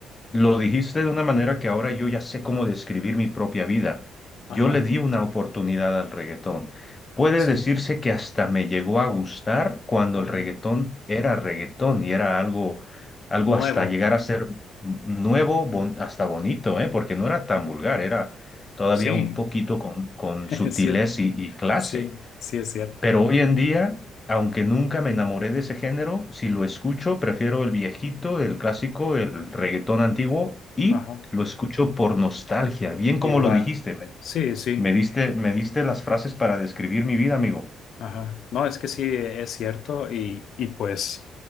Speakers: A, on the left; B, on the left.
A: lo dijiste de una manera que ahora yo ya sé cómo describir mi propia vida.
B: ajá,
A: Yo le di una oportunidad al reggaetón. Puede
B: sí,
A: decirse que hasta me llegó a gustar cuando
B: ajá.
A: el reggaetón era reggaetón y era algo, algo
B: Nuevo,
A: hasta llegar a ser nuevo, bon- hasta bonito, ¿eh? Porque no era tan vulgar, era todavía
B: sí,
A: un poquito con, con
B: <laughs> es
A: sutilez
B: cier-
A: y, y clase.
B: sí, sí es cierto.
A: Pero hoy en día, aunque nunca me enamoré de ese género, si lo escucho, prefiero el viejito, el clásico, el reggaetón antiguo y
B: Ajá,
A: lo escucho por nostalgia, bien como
B: igual.
A: lo dijiste. Me,
B: Sí, sí,
A: me diste, me diste las frases para describir mi vida, amigo.
B: Ajá. No, es que sí, es cierto. Y, y pues,